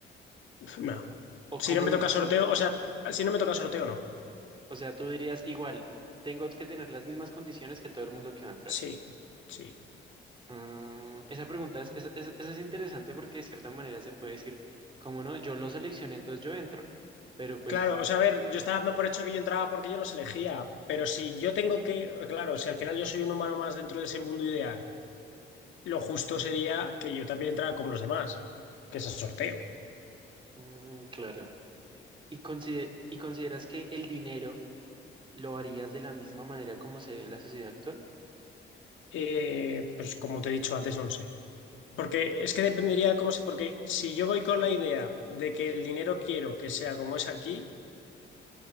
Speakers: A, on the left; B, on the right.
A: no.
B: O
A: Si
B: cómo,
A: no me
B: de-
A: toca sorteo, o sea, si no me toca sorteo, no.
B: o sea, tú dirías igual, tengo que tener las mismas condiciones que todo el mundo que va a entrar.
A: Sí, sí.
B: Mm, esa pregunta es, esa, esa- esa es interesante porque de cierta manera se puede decir, como no, yo lo seleccioné, entonces yo entro. Pero pues,
A: Claro, o sea, a ver, yo estaba dando por hecho que yo entraba porque yo los elegía, pero si yo tengo que, claro, si al final yo soy un humano más dentro de ese mundo ideal, lo justo sería que yo también entrara como los demás, que es el sorteo.
B: mm, claro. ¿Y, consider- y consideras que el dinero lo harías de la misma manera como se ve en la sociedad actual?
A: Eh, pues como te he dicho antes, no lo sé. Porque es que dependería de cómo se... Porque si yo voy con la idea de que el dinero quiero que sea como es aquí,